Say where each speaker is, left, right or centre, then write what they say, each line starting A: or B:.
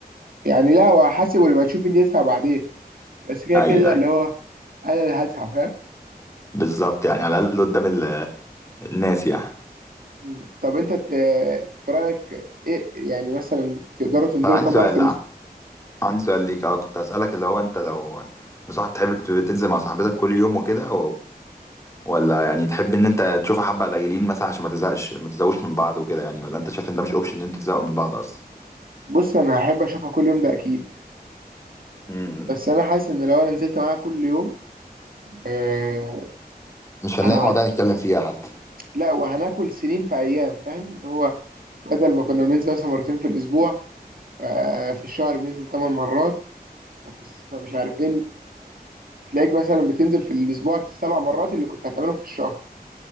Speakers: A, on the right (about 60°); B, on the left (about 20°).
A: يعني لا هو هحاسب ولا تشوف مين يدفع بعدين بس كده
B: ايوه
A: كده اللي
B: ايوه
A: هو انا اللي هدفع فاهم
B: بالظبط يعني على الاقل قدام ال- الناس يعني
A: مم. طب انت ت- في رايك ايه يعني مثلا تقدروا تنزلوا
B: طب عندي
A: كام
B: سؤال
A: مره في الاسبوع
B: عندي سؤال ليك اه كنت اسالك اللي هو انت لو مصاحب تحب تنزل مع صاحبتك كل يوم وكده ولا يعني تحب ان انت تشوفها حبة قليلين مثلا عشان ما تزهقش ما تزهقوش من بعض وكده يعني ولا انت شايف ان ده مش اوبشن ان انت تزهقوا من بعض اصلا
A: بص انا هحب اشوفها كل يوم ده اكيد
B: مم.
A: بس انا حاسس ان لو انا نزلت معاها كل يوم آه
B: مش هنلاقي
A: هنعد
B: مواضيع نتكلم فيها حتى
A: لا وهناكل سنين في ايام فاهم اللي هو بدل ما كنا بننزل مثلا مرتين في الاسبوع آه في الشهر بننزل ثمان مرات ففي الس- فمش عارف ايه تلاقيك مثلا بتنزل في الاسبوع سبع مرات اللي كنت هتعملهم في الشهر